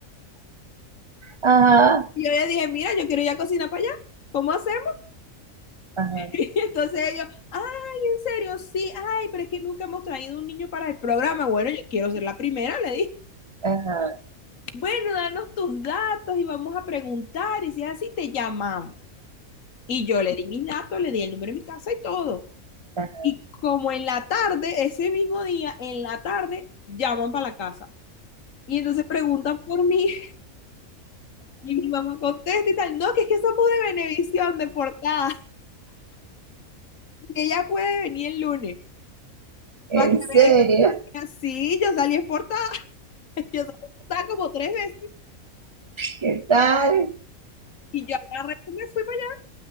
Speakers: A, on the right; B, on the left.
A: Ajá.
B: y yo le dije, mira, yo quiero ya cocinar para allá. ¿Cómo hacemos?
A: Ajá,
B: <laughs> Y entonces ellos, ay, en serio, sí, ay, pero es que nunca hemos traído un niño para el programa. Bueno, yo quiero ser la primera, le dije.
A: ajá,
B: Bueno, danos tus datos y vamos a preguntar. Y si es así, te llamamos. Y yo le di mis datos, le di el número de mi casa y todo.
A: ajá.
B: Y como en la tarde, ese mismo día, en la tarde, llaman para la casa. Y entonces preguntan por mí. <laughs> Y mi mamá contesta y tal. No, que es que somos de Benevisión, de Portada. <laughs> Y ella puede venir el lunes.
A: ¿En
B: Para que
A: serio?
B: vean que así yo salí en Portada. <laughs> Yo salí en Portada como tres veces.
A: ¿Qué tal?
B: Y yo agarré y me fui para allá.